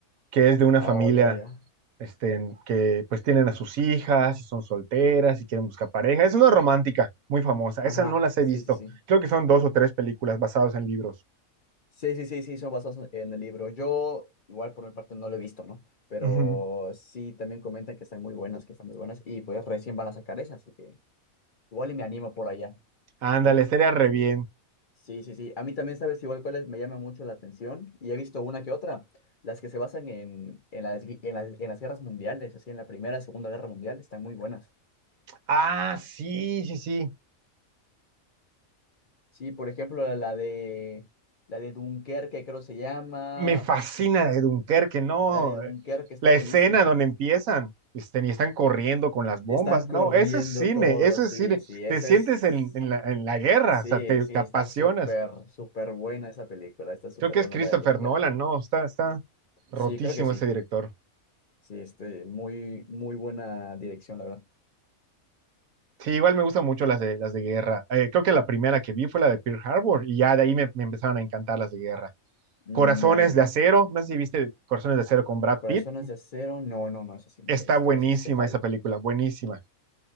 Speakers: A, on the right; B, on the left.
A: que es de una
B: Oh,
A: familia
B: ya, ya, ya.
A: este, que pues tienen a sus hijas y son solteras y quieren buscar pareja. Es una romántica muy famosa,
B: Ajá,
A: esa no las he
B: sí,
A: visto.
B: sí, sí.
A: Creo que son dos o tres películas basadas en libros.
B: Sí, sí, sí, sí, son basados en el libro. Yo igual por mi parte no lo he visto, ¿no? Pero
A: Ujú.
B: sí, también comentan que están muy buenas, que están muy buenas y pues recién van a sacar esas, así que igual y me animo por allá.
A: Ándale,
B: A mí,
A: estaría re bien.
B: Sí, sí, sí. A mí también, ¿sabes? Igual cuáles me llama mucho la atención y he visto una que otra, las que se basan en, en las, gui- en las, en las guerras mundiales, así en la Primera, y Segunda Guerra Mundial, están muy buenas.
A: Ah, sí, sí, sí.
B: Sí, por ejemplo, la, la de, la de Dunkerque, creo se llama,
A: Me fascina la de Dunkerque, no.
B: la de Dunkerque está
A: La
B: buenísima.
A: escena donde empiezan este, y están corriendo con las bombas,
B: Y están corriendo
A: no, eso es cine,
B: todos,
A: eso es
B: sí,
A: cine.
B: sí, esa
A: Te sientes
B: es,
A: en, en la, en la guerra,
B: sí,
A: o sea, te,
B: sí,
A: te apasionas.
B: está súper, súper buena esa película, está súper
A: Creo que es
B: buena
A: Christopher
B: la de Dunkerque.
A: Nolan, no, está, está rotísimo
B: Sí, creo que sí,
A: ese director.
B: sí, este, muy, muy buena dirección, la verdad.
A: Sí, igual me gustan mucho las de, las de guerra. Eh, creo que la primera que vi fue la de Pearl Harbor y ya de ahí me, me empezaron a encantar las de guerra.
B: Mm,
A: Corazones
B: ya, ya, ya.
A: de Acero, no sé si viste Corazones de Acero con Brad
B: Corazones
A: Pitt.
B: de acero. No, no, no, esa sí no
A: Está
B: la he visto.
A: buenísima
B: Esa sí te fallo.
A: esa película, buenísima.